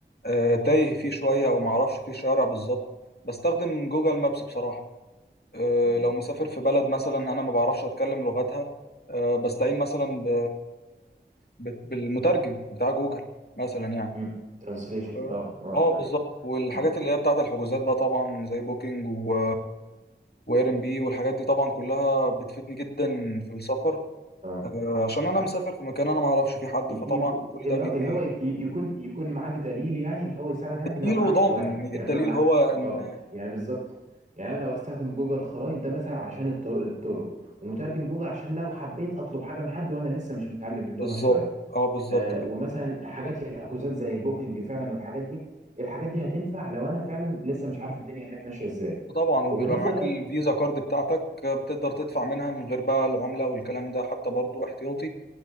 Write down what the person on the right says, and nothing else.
مم.
مم. ترانسليشن
اه اه
فاهم
مم.
اه
مم.
ي-
يكو-
الهو-
الهوا يك- ي- يكون يكون معاك دليل يعني الهوا يساعدك هناك
لو معكش
واحد
يعني
انت لو معكش
اه يعني بالظبط يعني انا لو استخدم جوجل خرائط ده مثلا عشان الط- الطرق ومترجم جوجل عشان لو حبيت اطلب حاجه من حد وانا لسه مش متعلم اللغه
شويه
آه، ومثلا حاجات للحجوزات زي بوكينج فعلا والحاجات دي الحاجات دي هتنفع لو انا فعلا لسه مش عارف الدنيا هناك ماشيه ازاي
وبالنسبه
بقى
ل-